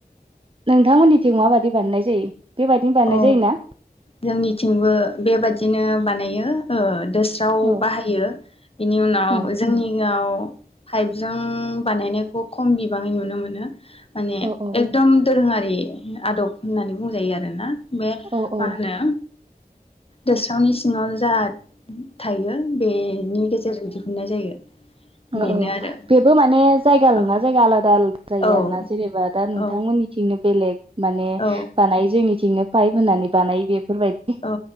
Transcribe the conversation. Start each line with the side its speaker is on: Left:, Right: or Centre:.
Right: नोंथांमोननिथिं माबादि बानायनाय जायो। बेबायदिनो बानायनाय
Left: अ
Right: जायोना
Left: जोंनिथिंबो बेबादिनो बानायो ओ दोस्राव
Right: औ
Left: बाहायो बिनि उनाव
Right: उम
Left: जोंनियाव पाइपजों बानायनायखौ खम बिबाङै नुनो मोनो। माने
Right: औ औ
Left: एकदम दोरोङारि आदब होननानै बुंजायो आरोना। बे
Right: औ औ
Left: मा होनो दोस्रावनि सिङाव जा थायो बेनि गेजेर जों दि नाय जायो।
Right: औ
Left: बेनो
Right: औ
Left: आरो
Right: बेबो माने जायगा
Left: ओमफ्राय
Right: ना जायगा आलादा आलादा जायो
Left: औ
Right: आरोना जेनेबा दा नोंथांमोननिथिंनो
Left: औ
Right: बेलेग माने
Left: औ
Right: बानाय जोंनि बिथिंनो पाइप होननानै बानायो बे बेफोरबायदि
Left: औ